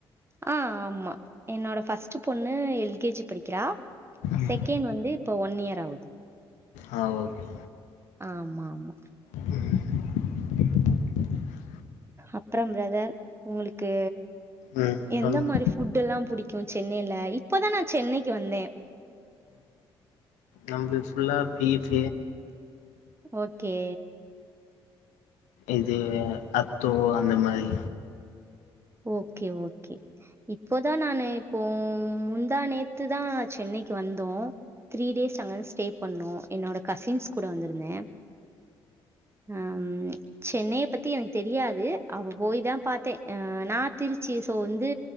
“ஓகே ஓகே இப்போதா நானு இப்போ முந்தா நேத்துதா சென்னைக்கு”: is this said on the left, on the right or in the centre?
Right